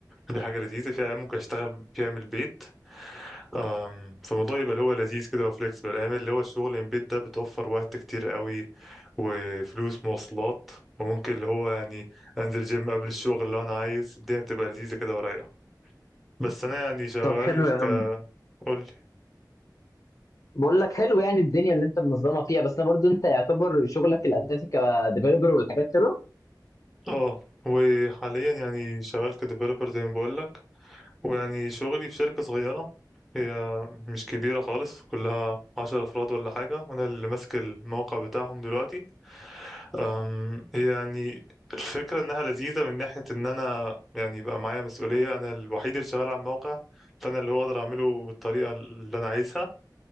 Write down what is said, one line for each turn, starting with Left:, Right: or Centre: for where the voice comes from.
Centre: دي حاجة لذيذة في أيام ممكن أشتغل فيها من البيت أم، فالموضوع يبقى اللي هو لذيذ كده وفليكسبل أيام اللي هو الشغل من البيت ده بتوفر وقت كتير قوي وفلوس مواصلات وممكن اللي هو يعني أنزل جيم قبل الشغل لو أنا عايز الدنيا بتبقى لذيذة كده ورايقة بس أنا يعني شغال
Left: طب حلو يا عم
Centre: قول
Left: بقول لك حلو يعني الدنيا اللي انت منظمة فيها بس انا برضو انت يعتبر شغلك الاساسي كديفيلوبر والحاجات كده
Centre: اه وحاليا يعني شغال كديفلوبر زي ما بقول لك ويعني شغلي في شركة صغيرة هي مش كبيرة خالص كلها عشر أفراد ولا حاجة وأنا اللي ماسك الموقع بتاعهم دلوقتي أم يعني الفكرة إنها لذيذة من ناحية إن أنا يعني بقى معايا مسؤولية أنا الوحيد اللي شغال على الموقع فأنا اللي هو أقدر أعمله بالطريقة اللي أنا عايزها